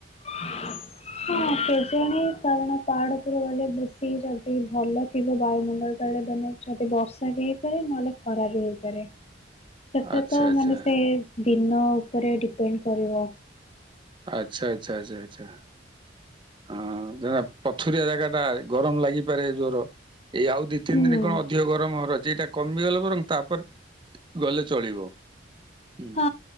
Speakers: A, on the left; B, on the right.
A: ହଁ ସେ କେଜାଣି କାରଣ ପାହାଡ ଉପରକୁ ଗଲେ ବେଶୀ ଯଦି ଭଲ ଥିବ ବାୟୁମଣ୍ଡଳ ତଳେ ମାନେ ଯଦି ବର୍ଷା ବି ହେଇପାରେ ନହେଲେ ଖରା ବି ହେଇପାରେ। ସେଟା
B: ଆଚ୍ଛା
A: ତ
B: ଆଚ୍ଛା ଆଚ୍ଛା
A: ମାନେ ସେ ଦିନ ଉପରେ ଡିପେଣ୍ଡ କରିବ
B: ଆଚ୍ଛା ଆଚ୍ଛା ଆଚ୍ଛା ଆଚ୍ଛା। ହଁ ଜାହଉ ଆପ ପଥୁରିଆ ଜାଗା ଟା ଭାରି ଗରମ ଲାଗିପାରେ ଜୋର। ଏଇ ଆଉ ଦି ତିନି
A: ହୁଁ।
B: ଦିନ କଣ ଅଧିକ ଗରମ ହବାର ଅଛ ସେଟା କମିଗଲେ ବରଂ ତାପରେ ଗଲେ ଚଳିବ। ହୁଁ।
A: ହଁ